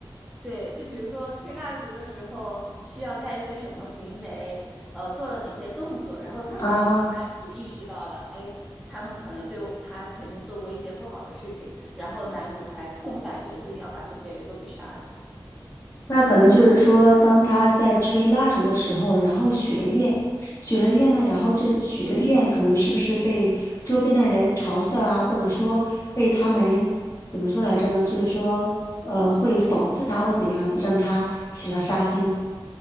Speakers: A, in the centre; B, on the left (about 35°).
A: 对，就比如说吹蜡烛的时候需要干一些什么行为，呃，做了哪些动作，然后让女男主意识到了，
B: 啊？
A: 哎，他们可能对我他曾经做过一些不好的事情，然后男主才痛下决心要把这些人都给杀了。
B: 那可能就是说，当他在吹蜡烛的时候，然后许了愿，许了愿呢，然后这许的愿可能是不是被周边的人嘲笑啊，或者说被他们怎么说来着呢？就是说，呃，会讽刺他或怎样子，让他起了杀心。